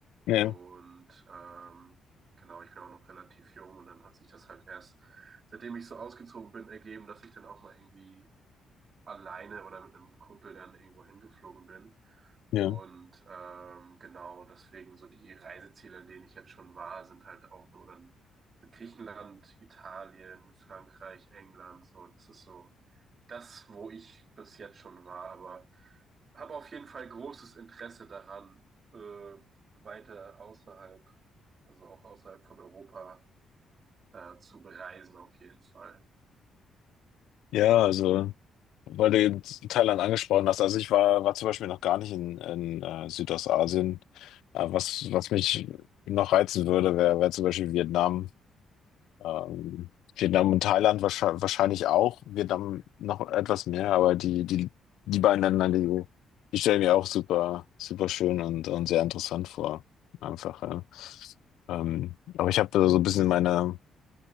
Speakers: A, on the left; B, on the right.
A: ja,
B: Und ähm, genau, ich bin auch noch relativ jung und dann hat sich das halt erst, seitdem ich so ausgezogen bin, ergeben, dass ich dann auch mal irgendwie alleine oder mit einem Kumpel dann irgendwo hingeflogen bin.
A: ja.
B: Und ähm, genau deswegen so die Reiseziele, an denen ich jetzt schon war, sind halt auch nur dann so Griechenland, Italien, Frankreich, England, so. Das ist so das, wo ich bis jetzt schon war, aber habe auf jeden Fall großes Interesse daran, äh, weiter außerhalb, also auch außerhalb von Europa, äh, zu bereisen, auf jeden Fall.
A: Ja, also, weil du eben Thailand angesprochen hast. Also ich war, war zum Beispiel noch gar nicht in, in äh, Südostasien. Äh, was, was mich noch reizen würde, wäre wär wär zum Beispiel Vietnam. Ähm, Vietnam und Thailand wahrscheinlich, wahrscheinlich auch. Vietnam noch etwas mehr, aber die, die, die beiden Länder, die, die stellen mir auch super, super schön und, und sehr interessant vor. Einfach. Ja. Ähm, aber ich habe so ein bisschen meine,